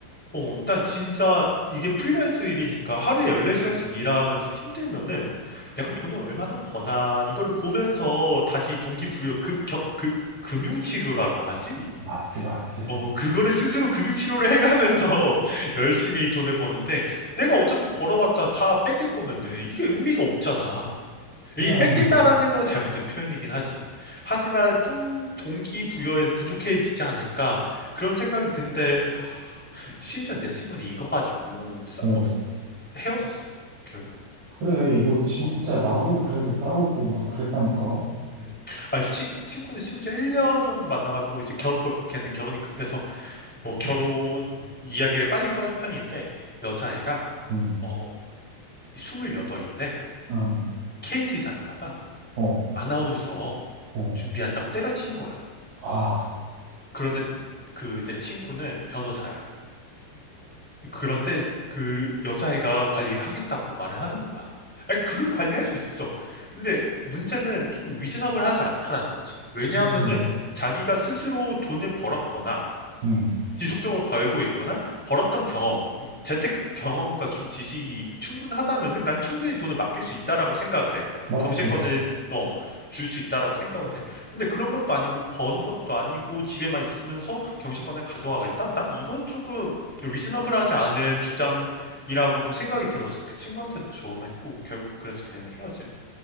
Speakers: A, in the centre; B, on the right.
A: 어, 난 진짜 이게 프리랜서 일이니까 하루에 14시간씩 일하면서 힘들면은 내가 돈을 얼마나 버나 이거를 보면서 다시 동기부여 그, 겨, 그 금융치료라고 하지?
B: 맞지, 맞지.
A: 어, 그거를 스스로 금융치료를 해가면서 <laughs> 열심히 돈을 버는데 내가 어차피 벌어봤자 다 뺏길 거면은 이게 의미가 없잖아. 이
B: 그래.
A: 뺏긴다라는 건 잘못된 표현이긴 하지. 하지만 좀 동기부여에서 부족해지지 않을까 그런 생각이 든데 심지어 내 친구는 이거 가지고 싸,
B: 어.
A: 어, 헤어졌어 결국.
B: 그래. 이거 진짜
A: 어.
B: 나도 그래서 싸우고 막 그랬다니까.
A: 음. 아, 친- 친구는 심지어 1년 정도 만나가지고 이제 결, 벌- 걔는 결혼이 급해서 어, 결혼 이야기를 빨리 꺼낸 편인데 여자애가
B: 응.
A: 어, 28인데
B: 응.
A: 케 케이티 다니다가
B: 어.
A: 아나운서
B: 어.
A: 준비한다고 때려친 거야.
B: 와.
A: 그런데 그 내 친구는 변호사야. 그런데 그 여자애가 관리를 하겠다고 말을 하는 거야. 아니, 그를 관리할 수 있어. 근데 문제는 좀 리즈너블하지 않다라는 거지. 왜냐하면은
B: 그렇지.
A: 자기가 스스로 돈을 벌었거나
B: 응.
A: 지속적으로 벌고 있거나 벌었던 경험, 재테크 경험과 기- 지식이 충분하다면은 난 충분히 돈을 맡길 수 있다라고 생각을 해.
B: 맞지.
A: 경제권을 어, 줄 수 있다라고 생각을 해. 근데 그런 것도 아니고 버는 것도 아니고 집에만 있으면서 경제권을 가져가겠다? 난 이건 조금 리즈너블하지 않은 주장이라고도 생각이 들어서 그 친구한테도 조언했고 결국 그래서 걔는 헤어짐.